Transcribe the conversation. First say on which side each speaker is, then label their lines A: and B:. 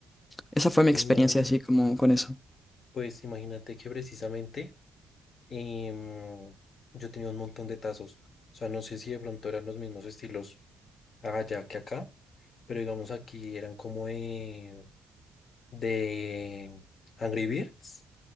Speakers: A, on the left; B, on the left.
A: Esa fue mi
B: Sí,
A: experiencia
B: no,
A: así como con eso.
B: pues imagínate que precisamente em, yo tenía un montón de tazos. O sea, no sé si de pronto eran los mismos estilos allá que acá, pero digamos aquí eran como de, de Angry Birds.